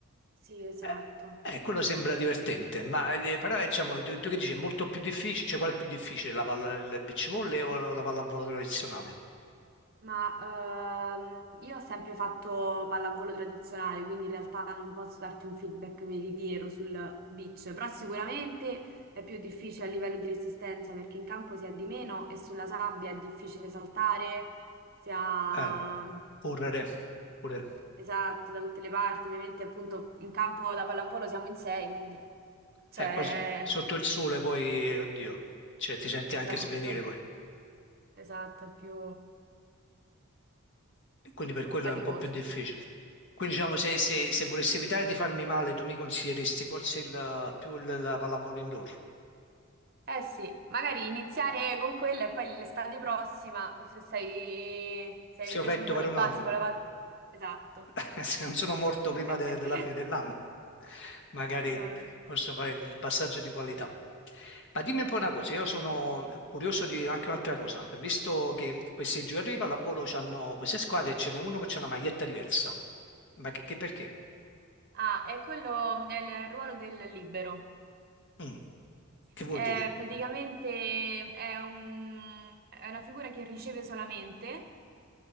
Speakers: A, on the right (about 45°); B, on the left (about 60°).
A: Sì, esatto.
B: Eh, eh, quello sembra divertente, ma eh, però eh, diciamo, tu, tu che dici, è molto più difficile, cioè qual è più difficile, la palla, il beach volley o la, la pallavolo tradizionale?
A: Ma ehm, io ho sempre fatto pallavolo tradizionale, quindi in realtà non posso darti un feedback veritiero sul beach, però sicuramente è più difficile a livello di resistenza perché in campo si ha di meno e sulla sabbia è difficile saltare, si ha...
B: Eh, correre, pure.
A: Esatto, da tutte le parti, ovviamente appunto in campo da pallavolo siamo in sei, quindi cioè,
B: Eh, poi s- sotto il sole poi, eh, oddio, cioè, ti senti anche
A: esatto,
B: svenire poi.
A: esatto, è più
B: Quindi per quello
A: faticoso.
B: è un po' più difficile. Quindi diciamo, se, se, se volessi evitare di farmi male, tu mi consiglieresti forse il, più il- la pallavolo indoor?
A: Eh sì, magari iniziare con quella e poi l'estate prossima, se sei, se
B: Sì,
A: hai preso
B: ho retto
A: un po'
B: per
A: di
B: un
A: basi
B: anno.
A: con la pat- Esatto.
B: <laughs> Se non sono morto
A: <laughs>
B: prima de- della fine dell'anno, magari
A: Esatto.
B: posso fare il passaggio di qualità. Ma dimmi un po' una cosa, io sono
A: Perché no?
B: curioso di anche un'altra cosa. Ho visto che questi giocatori di pallavolo hanno queste squadre e ce n'è uno che ha una maglietta diversa. Ma che, che perché?
A: Ah, è quello, è il ruolo del libero.
B: Mm, Che vuol
A: È
B: dire?
A: praticamente è un- è una figura che riceve solamente,